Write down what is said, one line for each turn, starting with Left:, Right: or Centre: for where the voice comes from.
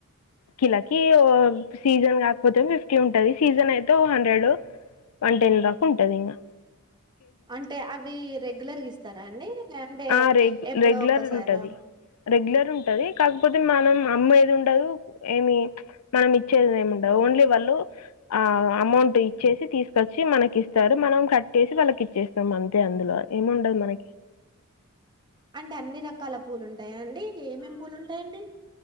Left: కిలకి ఓ సీజన్ కాకపోతే ఫిఫ్టీ ఉంటది సీజన్ అయితే ఓ హండ్రెడ్ వన్ టైన్ దాకా ఉంటది ఇంకా
Right: అంటే అవి రెగ్యులర్గా ఇస్తారా అండి అంటే
Left: ఆ రె
Right: ఎప్పుడో
Left: రెగ్యులర్
Right: ఒక్కసారా?
Left: ఉంటది రెగ్యులర్ ఉంటది కాకపోతే కాకపోతే మనం అమ్మేది ఉండదు ఏమి మనం ఇచ్చేది ఏమి ఉండదు ఓన్లీ వాళ్ళు ఆ అమౌంట్ ఇచ్చేసి తీసు వచ్చి మనకి ఇస్తారు మనం కట్ చేసి వాళ్ళకి ఇచ్చేస్తాం అంతే అందులో ఏముండదు మనకి
Right: అంటే అన్ని రకాల పూలుంటాయా అండి ఏమేమి పూలుంటాయండి